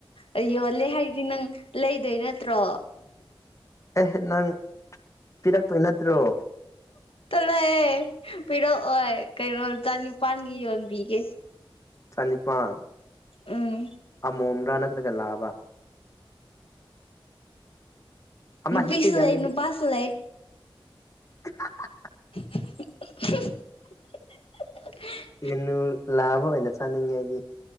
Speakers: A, on the left; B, on the left.
A: ꯑꯩ ꯌꯣꯜꯂꯦ ꯍꯥꯏꯗꯤ ꯅꯪ ꯂꯩꯗꯣꯏ ꯅꯠꯇ꯭ꯔꯣ
B: ꯑꯦ ꯅꯪ ꯄꯤꯔꯛꯇꯣꯏ ꯅꯠꯇ꯭ꯔꯣ
A: ꯆꯠꯂꯍꯦ ꯄꯤꯔꯛꯑꯣꯏ ꯀꯩꯅꯣ ꯆꯅꯤꯄꯥꯥꯟꯒꯤ ꯌꯣꯟꯕꯤꯒꯦ
B: ꯆꯅꯤꯄꯥꯟ
A: ꯎꯝ
B: ꯑꯃꯣꯝꯂꯥ ꯅꯠꯇ꯭ꯔꯒ ꯂꯥꯕ ꯑꯃ
A: ꯅꯨꯄꯤꯁꯨ
B: ꯍꯦꯛꯇ ꯌꯥꯏ
A: ꯂꯩ ꯅꯨꯄꯥꯁꯨ ꯂꯩ
B: ꯍꯥ ꯍꯥ
A: ꯏꯍꯛ <inaudible>
B: ꯉꯥꯅꯨ ꯂꯥꯕ ꯑꯣꯢꯅ ꯆꯥꯅꯤꯡꯉꯦ ꯑꯩꯗꯤ